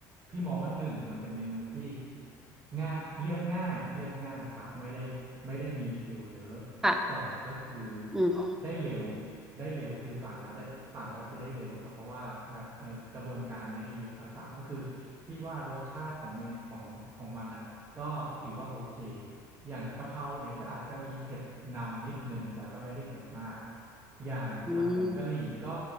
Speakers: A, on the right; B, in the centre.
A: พี่มองว่าหนึ่งมันเป็นเมนูที่ง่ายเรียบง่ายเรียบง่ายครับไม่ได้ไม่ได้มีดีเทลเยอะ
B: ค่ะ
A: สองก็คือ
B: อืม
A: ได้เร็วได้เร็วคือสั่งแล้วได้สั่งแล้วคือได้เร็วครับเพราะว่าแบบเออกระบวนการไม่ได้เยอะครับสามก็คือพี่ว่ารสชาติของเมนของของมันอ่ะก็ถือว่าโอเคอย่างกะเพราเนี่ยก็อาจจะมีเผ็ดนำนิดนึงแต่ก็ไม่ได้เผ็ดมากอย่างผัดผงกะหรี่ก็
B: อืม